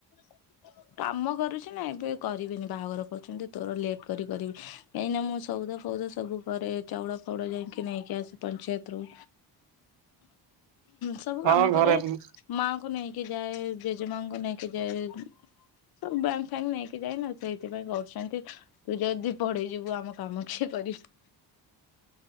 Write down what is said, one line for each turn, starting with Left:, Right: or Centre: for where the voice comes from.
Left: <inaudible> କାମ କରୁଛି ନା ଏବେ କରିବିନି ବାହାଘର କଉଛନ୍ତି ତୋର ଲେଟ୍ କରି କରିବି। କାହିଁକିନା ମୁଁ ସଉଦା ଫଉଦା ସବୁ କରେ ଚାଉଡ ଫଉଡ ଯାଇକି ନେଇକି ଆସେ ପଞ୍ଚାୟତରୁୁ। ସବୁ
Right: ହଁ
Left: କାମ
Right: ଘରେ
Left: କରେ
Right: ହୁଁ
Left: ମାଆଙ୍କୁ ନେଇକି ଯାଏ ଜେଜେମାଙ୍କୁ ନେଇକି ଯାଏ ସବୁ ବ୍ୟାଙ୍କ ଫ୍ୟାଙ୍କ ନେଇକି ଯାଏ ନା ସେଇଥିପାଇଁ କହୁଛନ୍ତି ତୁ ଯଦି ପଡି ଯିବୁ ଆମ କାମ କିଏ କରିବ?